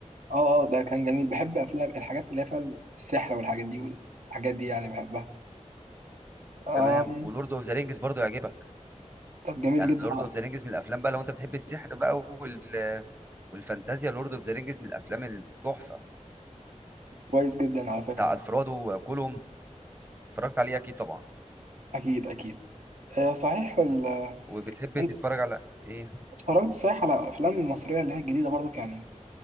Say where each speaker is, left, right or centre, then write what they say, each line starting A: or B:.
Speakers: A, on the right (about 75°); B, on the right (about 15°).
A: اه اه ده كان جميل بحب افلام الحاجات اللي هي فيها السحر والحاجات دي والحاجات دي يعني بحبها أم...
B: تمام ولورد اوف ذا رينجز برضه يعجبك
A: طب جميل
B: يعني
A: جدا
B: لورد
A: آه،
B: اوف ذا رينجز من الافلام بقى لو انت بتحب السحر بقى وال... والفانتازيا لورد اوف ذا رينجز من الافلام التحفة
A: كويس جدا على فكره
B: بتاع الفرادو وكولوم اتفرجت عليه اكيد طبعا
A: اكيد اكيد آه، صحيح ال... آه،
B: وبتحب
A: انت
B: تتفرج على ايه
A: اتفرجت صحيح على الافلام المصريه اللي هي الجديده برضو يعني